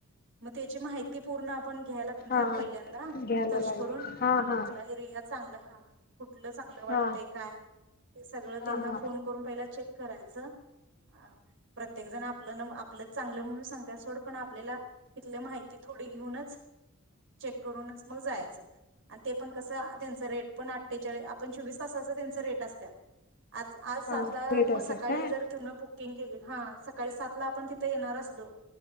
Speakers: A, on the right; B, on the left.
A: म त्याची माहिती पूर्ण आपण घ्या लागणार
B: हा
A: पहिल्यांदा
B: घ्यायला
A: सर्च
B: लागलं
A: करून
B: हा हा
A: कुठला एरिया चांगला हा कुठलं चांगलं वाटतंय
B: हा
A: काय हे सगळं
B: हा
A: तेन्ना
B: हा
A: फोन करून पहिलं चेक करायचं आ प्रत्येक जण आपलं नव आपलं चांगलं म्हणून सांगतात सोड पण आपल्याला इथलं माहिती थोडी घेऊनच चेक करूनच मग जायचं अन ते पण कसं आ त्यांचे रेट पण आ तिच्या वेळी आपन चौवीस तासाच त्यांच रेट असत्यात आज आजासा
B: हा भेट
A: <unintelligible> मग
B: असेल
A: सकाळी
B: काय
A: जर तिनं बुकिंग केली हा सकाळी सातला आपण तिथ येणार असलो